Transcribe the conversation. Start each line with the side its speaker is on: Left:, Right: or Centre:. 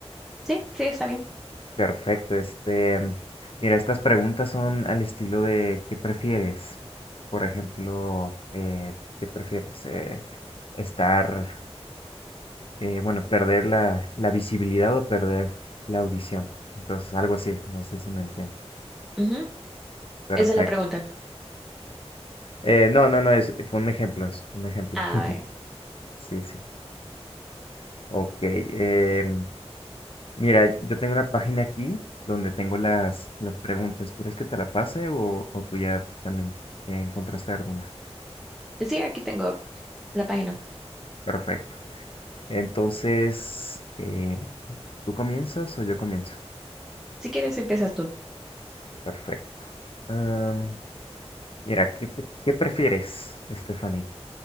Centre: Sí, sí, está bien.
Left: Perfecto, este, mira, estas preguntas son al estilo de ¿qué prefieres? Por ejemplo, eh, ¿qué prefieres? Eh, estar eh, bueno, perder la, la visibilidad o perder la audición. Entonces, algo así, no sé si me entiendo.
Centre: Ujú.
Left: Perfecto.
Centre: Esa es la pregunta.
Left: Eh, no, no, no, es, fue un ejemplo, es un ejemplo.
Centre: A
Left: <laughs>
Centre: ver.
Left: Sí, sí. Ok. eh, mira, yo tengo una página aquí donde tengo las, las preguntas. ¿Quieres que te la pase o, o tú ya también eh, encontraste alguna?
Centre: Sí, aquí tengo la página.
Left: Perfecto. Entonces, eh, ¿tú comienzas o yo comienzo?
Centre: Si quieres, empiezas tú.
Left: Perfecto. Am, mira, ¿qué, pre- qué prefieres, Stephanie?